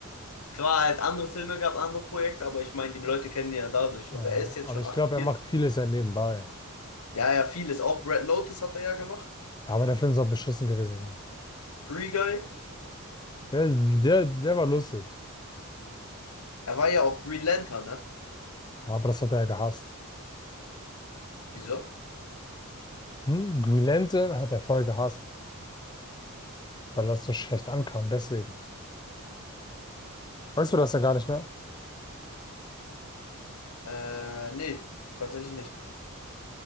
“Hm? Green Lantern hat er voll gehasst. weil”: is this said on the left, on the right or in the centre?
Left